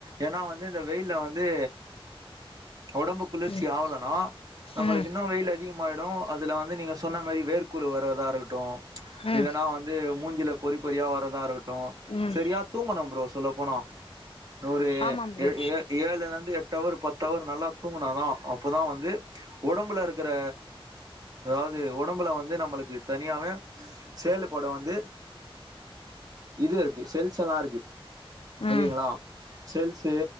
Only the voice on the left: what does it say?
ம்
ம்
ம்
ம்
ஆமாம் ப்ரோ
ம்